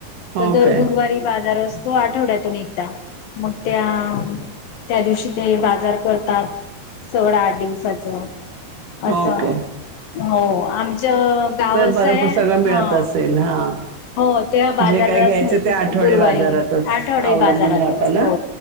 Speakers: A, on the left; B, on the right.
A: तर
B: ओके
A: दर गुरवारी बाजार अस तो आठवड्यातून एकदा. मग त्या त्या दिवशी ते बाजार करतात सगळा आठ दिवसाचं.
B: हो
A: असं
B: काय.
A: हो, आमच गावाचं
B: बरं
A: हाय
B: प- सगळं मिळत
A: हा.
B: असेल हा
A: हो तेव्हा बाजारच
B: जे काय घ्यायचं
A: मिळतेस
B: ते आठवडे
A: गुरुवारी,
B: बाजारातच
A: आठवडी
B: अवलंबून
A: बाजारातच
B: राहतं ना
A: हो.